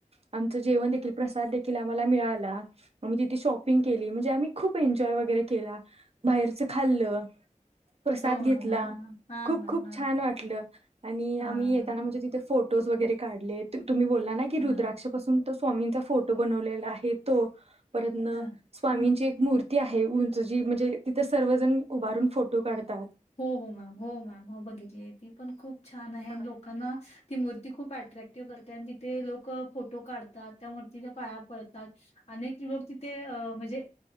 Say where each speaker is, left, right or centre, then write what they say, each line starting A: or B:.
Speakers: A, on the right; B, on the left.
A: आमच जेवण देखील प्रसाद- देखील आम्हाला मिळाला. मग मी तिथे शॉपिंग केली, म्हणजे आम्ही खूप एनजॉय- वैगरे केला बाहेरच खाल्ल, प्रसाद
B: हो
A: घेतला,
B: मॅम हा हा
A: खुप
B: मॅम
A: खुप
B: हा
A: छान वाटलं, आणि
B: हा
A: आम्ही येताना म्हणजे तिथे- फोटोज वगैरे काढलेत. तुम्ही बोलला ना की
B: हा.
A: रुद्राक्षपासून. तो स्वामींचा फोटो बनवलेला आहे. तो परतन
B: ह
A: स्वामींची एक. मूर्ती. ती आहेत, उंच जी म्हणजे तिथंच- सर्वजण उभारून फोटो काढतात.
B: हो, हो मॅम हो मॅम, हो बघितली ती पण खूप. छान आहे
A: हा
B: आणि लोकांना, ती मूर्ती- ती खूप अट्रैक्टिव करते आणि तिथे लोक फोटो काढतात, त्या मूर्तीच्या पाया पडतात, अनेक लोक तिथे म्हणजे